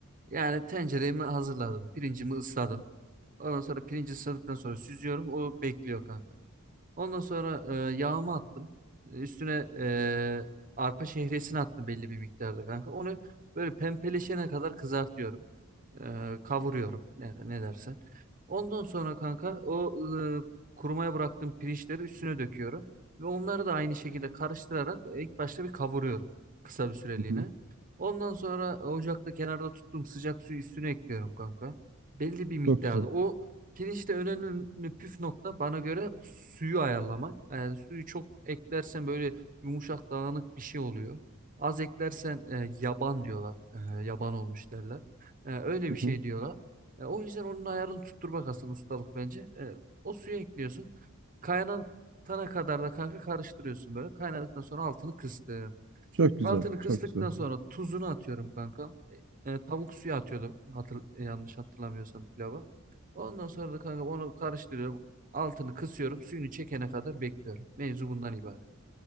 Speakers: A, on the right (about 40°); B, on the right (about 60°).
A: Yani tenceremi hazırladım. Pirincimi ısladım. Ondan sonra pirinci ısladıktan sonra süzüyorum. O bekliyor kanka. Ondan sonra e, yağımı attım. E, Üstüne e, arpa şehresini attım belli bir miktarda kanka. Onu böyle pembeleşene kadar kızartıyorum e, kavuruyorum yani ne dersen. Ondan sonra kanka o e, kurumaya bıraktığım pirinçleri üstüne döküyorum ve onları da aynı şekilde karıştırarak ilk başta bir kavuruyorum kısa bir süreliğine.
B: Hı hı.
A: Ondan sonra ocakta kenarda tuttuğum sıcak suyu üstüne ekliyorum kanka. Belli bir miktarda.
B: Çok güzel.
A: O pirinçte önemli püf nokta bana göre suyu ayarlamak. Yani suyu çok eklersen böyle yumuşak dağınık bir şey oluyor. Az eklersen e, yaban diyorlar. E, yaban olmuş derler. E, öyle
B: Hı
A: bir şey
B: hı.
A: diyorlar. E, o yüzden onun ayarını tutturmak aslında ustalık bence. E, o suyu ekliyorsun. Kaynatana kadar da kanka karıştırıyorsun böyle. Kaynadıktan sonra altını kıstım.
B: Çok güzel,
A: Altını kıstıktan
B: çok güzel.
A: sonra tuzunu atıyorum kanka. E, e, tavuk suyu atıyordum hatır, e, yanlış hatırlamıyorsam pilava. Ondan sonra da kanka onu karıştırıyorum. Altını kısıyorum. Suyunu çekene kadar bekliyorum. Mevzu bundan ibaret.